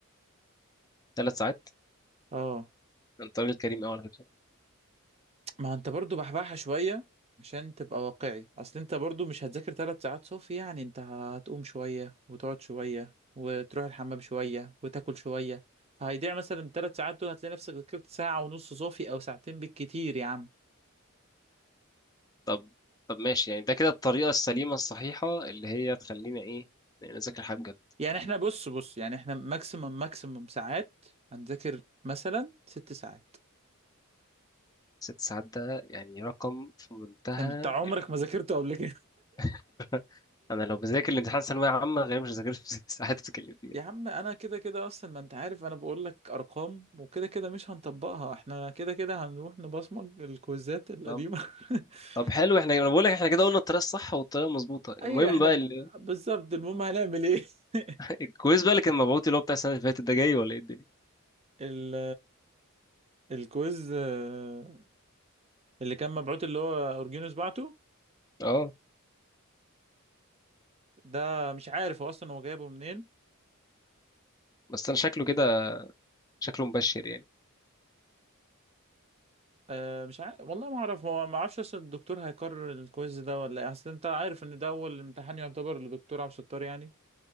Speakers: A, on the left (about 20°); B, on the right (about 30°).
A: ثلاث ساعات
B: اه
A: انت راجل كريم قوي على فكره
B: ما هو انت برضو بحبحها شويه عشان تبقى واقعي اصل انت برضو مش هتذاكر ثلاث ساعات صافي يعني انت هتقوم شويه وتقعد شويه وتروح الحمام شويه وتاكل شويه فهيضيع مثلا ثلاث ساعات دول هتلاقي نفسك ذاكرت ساعه ونص صافي او ساعتين بالكتير يا عم
A: طب طب ماشي يعني ده كده الطريقه السليمه الصحيحه اللي هي تخلينا ايه يعني نذاكر حاجه بجد
B: يعني احنا بص بص يعني احنا ماكسيمم ماكسيمم ساعات هنذاكر مثلا ست ساعات
A: ست ساعات ده يعني رقم في منتهى
B: انت عمرك
A: ال...
B: ما ذاكرته قبل كده
A: <laughs> انا لو بذاكر الامتحان ثانويه عامه غالبا مش هذاكر في ست ساعات <laughs> بتتكلم
B: <laughs>
A: فيها
B: يا عم انا كده كده اصلا ما انت عارف انا بقول لك ارقام وكده كده مش هنطبقها احنا كده كده هنروح نبصمج الكويزات القديمه
A: طب
B: <laughs>
A: طب حلو احنا انا بقول لك احنا كده قلنا الطريقه الصح والطريقه المظبوطه المهم
B: ايوه احنا
A: بقى
B: ب-
A: ال...
B: بالظبط المهم هنعمل ايه <laughs>
A: <laughs> الكويز بقى اللي كان مبعوت اللي هو بتاع السنه اللي فاتت ده جاي ولا ايه الدنيا
B: ال الكويز آه، اللي كان مبعوت اللي هو اورجينوس بعته
A: اه
B: ده مش عارف هو اصلا هو جايبه منين
A: بس انا شكله كده شكله مبشر يعني
B: أه مش عارف والله ما اعرف هو ما اعرفش اصل الدكتور هيكرر الكويز ده ولا ايه اصل انت عارف ان ده اول امتحان يعتبر للدكتور عبد الستار يعني